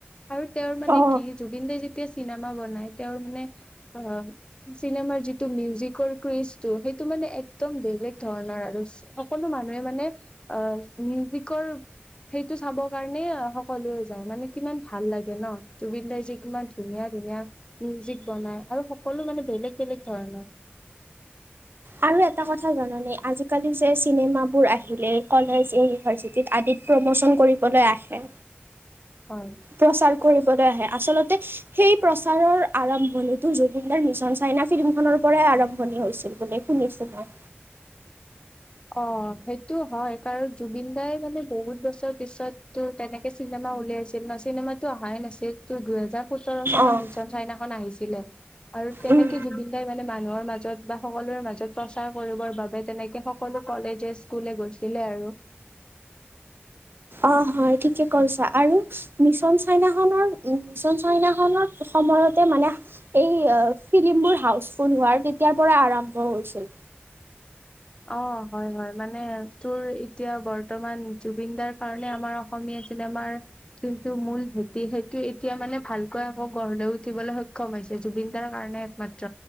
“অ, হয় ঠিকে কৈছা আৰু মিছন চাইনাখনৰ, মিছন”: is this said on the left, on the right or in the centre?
Right